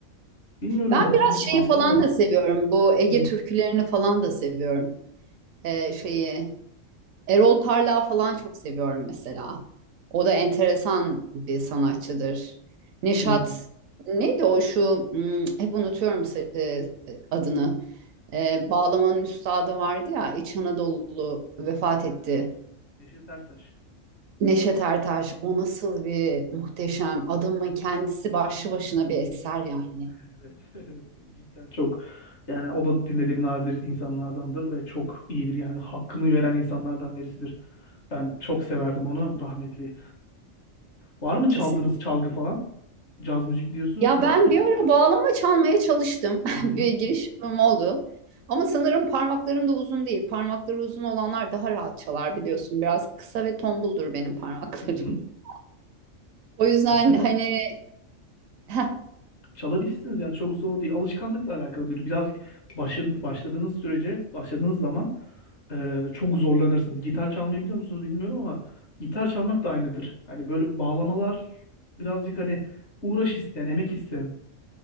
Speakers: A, on the left; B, on the right.
A: Bilmiyorum
B: Ben
A: hatırla,
B: biraz şeyi
A: hatıram
B: falan
A: da.
B: da seviyorum. Bu Ege
A: Hı,
B: türkülerini falan da seviyorum. Ee, şeyi Erol Parlak'ı falan çok seviyorum mesela. O da enteresan bir sanatçıdır. Neşat
A: hı.
B: neydi o şu hmm, hep unutuyorum se- e, adını. E, bağlamanın üstadı vardı ya İç Anadolu vefat etti.
A: Ee, Neşet Ertaş.
B: Neşet Ertaş o nasıl bir muhteşem adamın kendisi başlı başına bir eser yani.
A: Evet, <laughs> evet cidden çok yani o da dinlediğim nadir insanlardandır ve çok iyidir yani hakkını veren insanlardan birisidir. Ben çok severdim onu rahmetli. Var mı çaldığınız
B: Kesin.
A: çalgı falan? Caz müzik diyorsunuz
B: Ya
A: da.
B: ben bir ara bağlama çalmaya çalıştım.
A: Hı
B: <laughs>
A: hı,
B: Bir girişimim oldu. Ama sanırım parmaklarım da uzun değil. Parmakları uzun olanlar daha rahat çalar biliyorsun. Biraz kısa ve tombuldur benim parmaklarım.
A: hı hı.
B: <laughs> O yüzden
A: Aslında
B: hani <laughs>
A: çalabilirsiniz yani çok zor değil. Alışkanlıkla alakalı bir birazcık başın başladığınız sürece başladığınız zaman e, çok zorlanırsınız. Gitar çalmayı biliyor musunuz bilmiyorum ama gitar çalmak da aynıdır. Hani böyle bağlamalar birazcık hani uğraş isteyen, emek isteyen